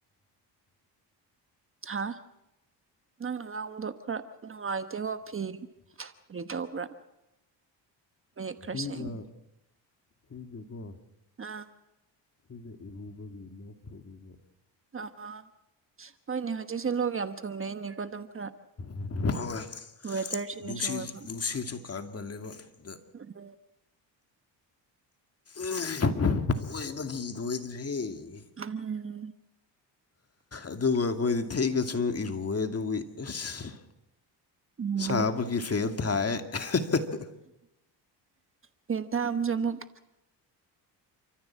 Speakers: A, on the right (about 30°); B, on the left (about 35°).
A: ꯍꯥ ꯅꯪꯅ ꯉꯥꯡꯕꯗꯣ ꯈꯔ ꯅꯨꯡꯉꯥꯏꯇꯦꯀꯣ ꯐꯤ ꯀꯔꯤ ꯇꯧꯕ꯭ꯔꯥ ꯃꯌꯦꯛ ꯈꯔ
B: ꯃꯤꯒꯥ
A: ꯁꯦꯡꯗꯦ
B: ꯑꯩꯒꯥ ꯀꯣ
A: ꯑꯥ
B: ꯁꯤꯗ ꯏꯔꯨꯕꯒꯤ ꯂꯣꯛꯊꯣꯛꯂꯤꯕ
A: ꯑꯥ ꯍꯣꯏꯅꯦ ꯍꯧꯖꯤꯛꯁꯦ ꯂꯣꯛ ꯌꯥꯝ ꯊꯨꯡꯅꯩꯅꯦꯀꯣ ꯑꯗꯨꯝ ꯈꯔ
B: <unintelligible>
A: ꯋꯦꯗꯔꯁꯤꯅꯁꯨ
B: ꯅꯨꯡꯁꯤ
A: ꯑꯣꯏꯕ
B: ꯅꯨꯡꯁꯤꯠꯁꯨ ꯀꯟꯃꯜꯂꯦꯕ ꯗ
A: ꯎꯝ
B: ꯎꯝ ꯂꯣꯏꯕꯒꯤ ꯂꯣꯏꯗ꯭ꯔꯦ <inaudible> <unintelligible>
A: ꯎꯝ
B: ꯑꯗꯨꯒ ꯑꯩꯈꯣꯏꯗꯤ ꯊꯦꯛꯅꯁꯨ ꯏꯔꯨꯋꯦ ꯑꯗꯨꯒꯤ ꯑꯁ
A: ꯎꯝ
B: ꯁꯥꯕꯒꯤ ꯐꯦꯠ ꯊꯑ
A: ꯐꯦ ꯊ ꯑꯃꯁꯨꯃꯨꯛ